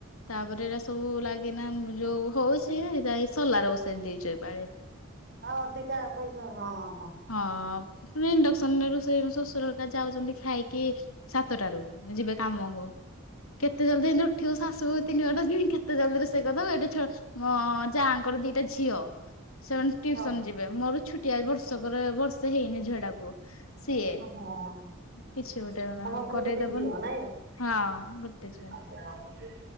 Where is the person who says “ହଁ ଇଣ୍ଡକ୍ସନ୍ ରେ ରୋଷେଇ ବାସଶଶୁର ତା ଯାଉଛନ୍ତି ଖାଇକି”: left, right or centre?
Left